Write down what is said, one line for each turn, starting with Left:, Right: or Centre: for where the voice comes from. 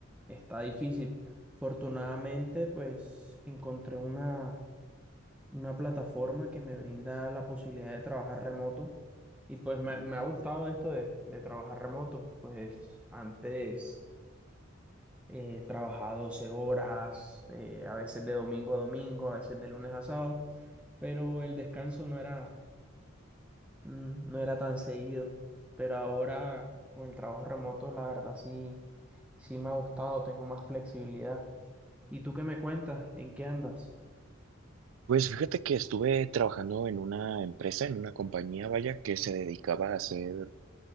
Centre: está difícil. Afortunadamente, pues encontré una, una plataforma que me brinda la posibilidad de trabajar remoto y pues me, me ha gustado esto de, de trabajar remoto. Pues antes... eh, trabajaba 12 horas, eh, a veces de domingo a domingo, a veces de lunes a sábado, pero el descanso no era, mm, no era tan seguido. Pero ahora con el trabajo remoto, la verdad sí, sí me ha gustado, tengo más flexibilidad. ¿Y tú qué me cuentas? ¿En qué andas?
Right: Pues fíjate que estuve trabajando en una empresa, en una compañía, vaya, que se dedicaba a hacer